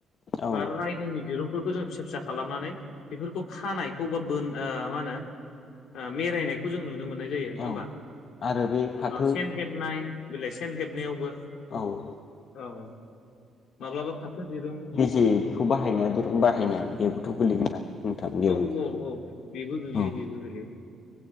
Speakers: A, on the left (about 55°); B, on the left (about 80°).
A: औ
B: बा रायदोंनि दिरुं जों फिसा फिसा खालामनानै बेफोरखौ खानायखौ बोननो मा होनो मेररायनायखौ जों नुनो मोननाय जायो नङा
A: औ
B: होनबा।
A: आरो बे फाथो
B: सेन हेबनाय बेलाइसेन हेबनायावबो
A: औ ओमफ्राय
B: औ माब्लाबा फाथो देरुं
A: जे बेखौ बाहायनाया दिरुं बाहायनाया बेबोथ' गोलैगोनना नोंथां बेयावनो
B: औ औ औ बेबो गोग्लैयो
A: औ
B: बेबो गोग्लैयो